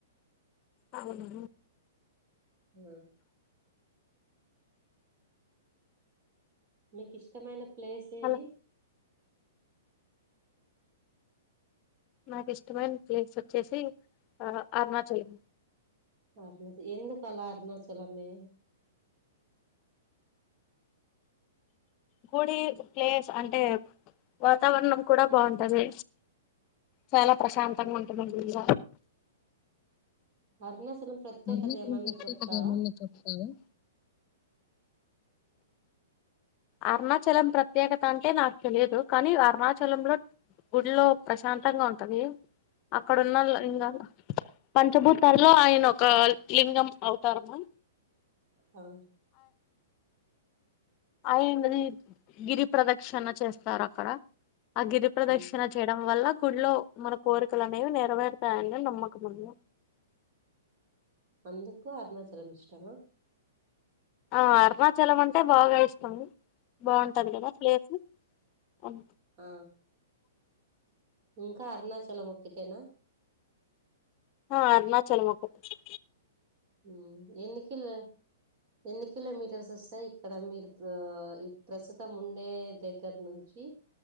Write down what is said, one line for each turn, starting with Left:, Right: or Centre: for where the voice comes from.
Left: అవును
Right: హ మీకు ఇష్టమైన ప్లేస్ ఏది
Left: అలా నాకు ఇష్టమైన ప్లేస్ వచ్చేసి ఆ అరుణాచలం
Right: అరణసి ఎందుకు అలా అరుణచలమే
Left: గుడి ప్లేస్ అంటే వాతావరణం కూడా బాగుంటది చాలా ప్రశాంతంగా ఉంటది గుళ్ళ
Right: అరుణాచలం ప్రత్యేకత
Left: అరుణాచలం
Right: ఏమన్నా
Left: ప్రత్యేకత
Right: చెప్తావా
Left: ఏమన్నా చెప్తారా అరుణాచలం ప్రత్యేకత అంటే నాకు తెలియదు కానీ అరుణాచలంలో గుడిలో ప్రశాంతంగా ఉంటది అక్కడ ఉన్నల్లో ఇంగాదు పంచభూతాల్లో ఆయన ఒక లింగం అవుతారమా
Right: హా
Left: ఆయనది గిరి ప్రదక్షిణ చేస్తారు అక్కడ ఆ గిరి ప్రదక్షిణ
Right: మ్
Left: చేయడం వల్ల గుళ్ళో మన కోరికలు అనేవి నేరవేరతాయని నమ్మకం ముందీ
Right: అందుకు అరుణాచలం ఇష్టమా
Left: ఆ అరుణాచలం అంటే బాగా ఇష్టం బాగుంటది కదా ప్లేసు అవు
Right: ఆ ఇంకా అరుణాచలం ఒక్కటేనా
Left: ఆ అరుణాచలం ఒక్కటే
Right: ఉమ్ ఎన్నికిల ఎన్ని కిలోమీటర్స్ వస్తాయి ఇక్కడ మీరు ప్ర ప్రస్తుతం ఉండే దగ్గర నుంచి